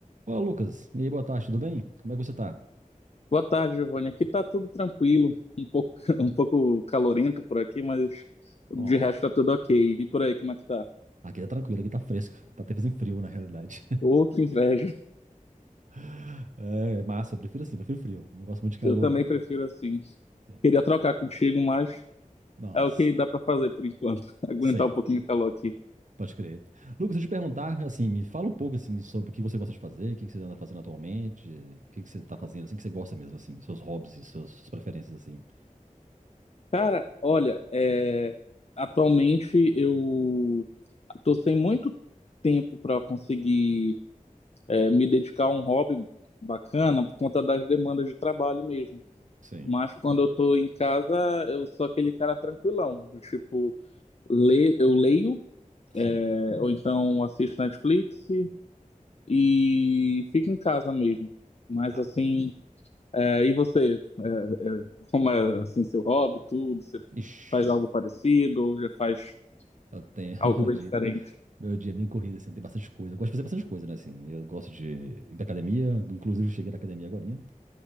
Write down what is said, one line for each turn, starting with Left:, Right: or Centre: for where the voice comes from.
Right: Olá, Lucas. E aí, boa tarde, tudo bem? Como é que você tá?
Left: Boa tarde, Giovanni. Aqui tá tudo tranquilo, um pouco, <laughs> um pouco calorento por aqui, mas
Right: Ó,
Left: de resto tá tudo ok. E por aí, como é que tá?
Right: aqui tá tranquilo, aqui tá fresco. Tá até fazendo frio, na realidade.
Left: Ô, que inveja.
Right: <laughs> É massa, eu prefiro assim, prefiro frio. Não gosto muito de calor,
Left: Eu também
Right: não.
Left: prefiro assim.
Right: Sim.
Left: Queria trocar contigo, mas
Right: Nossa,
Left: é o que dá pra fazer por enquanto. <laughs> Aguentar
Right: sim,
Left: um pouquinho o calor aqui.
Right: pode crer. Lucas, deixa eu te perguntar, assim, me fala um pouco, assim, sobre o que você gosta de fazer, o que que você anda fazendo atualmente, o que que você tá fazendo, assim, que você gosta mesmo, assim, seus hobbies e seus- suas preferências, assim.
Left: Cara, olha, é, atualmente eu tô sem muito tempo para conseguir é, me dedicar a um hobby bacana por conta das demandas de trabalho mesmo.
Right: Sim,
Left: Mas quando eu tô em casa, eu sou aquele cara tranquilão. do Tipo, le eu leio,
Right: sim,
Left: é, ou então assisto Netflix e fico em casa mesmo. Mas
Right: tá.
Left: assim, é, e você? É, é, como é assim seu hobby, tudo? Você
Right: Ixi,
Left: faz algo
Right: eu
Left: parecido ou já faz
Right: eu tenho, <laughs>
Left: algo
Right: meu
Left: bem
Right: dia.
Left: diferente?
Right: Meu dia é bem corrido, assim, tem bastante coisa. Eu gosto de fazer bastante coisa, né, assim. Eu gosto de ir pra academia, inclusive eu cheguei da academia agorinha.